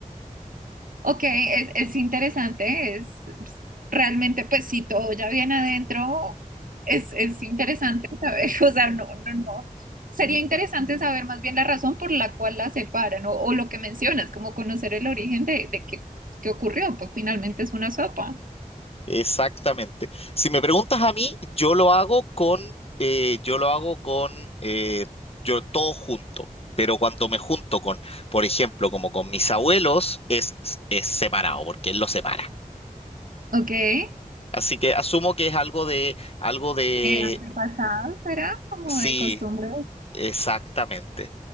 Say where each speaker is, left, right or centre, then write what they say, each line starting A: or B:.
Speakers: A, on the right; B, on the left.
A: Ok, es, es interesante, es es realmente, pues si todo ya viene adentro, es, es interesante saber, <laughs> o sea, no, no, no. Sería interesante saber más bien la razón por la cual la separan o, o lo que mencionas, como conocer el origen de, de qué, qué ocurrió, pues finalmente es una sopa.
B: Exactamente. Si me preguntas a mí, yo lo hago con, eh, yo lo hago con, eh, yo todo junto. Pero cuando me junto con, por ejemplo, como con mis abuelos, es, es separado, porque él lo separa.
A: Ok, de
B: Así que asumo que es algo de, algo de,
A: antepasados será como
B: sí,
A: de costumbre.
B: exactamente.